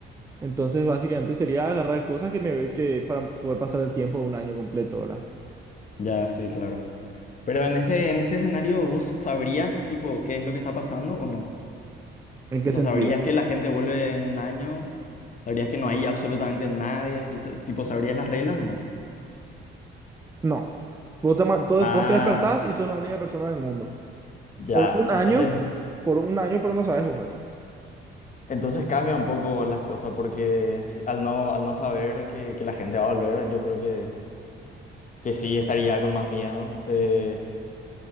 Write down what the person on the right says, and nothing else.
Entonces, básicamente sería agarrar cosas que me que para poder pasar el tiempo de un año completo, ¿verdad?
¿En qué
sentido?
No. Vos te, ma- todo-
vos te despertás y sos la única persona del mundo.
Por un año,
por un año, pero no sabes vos eso.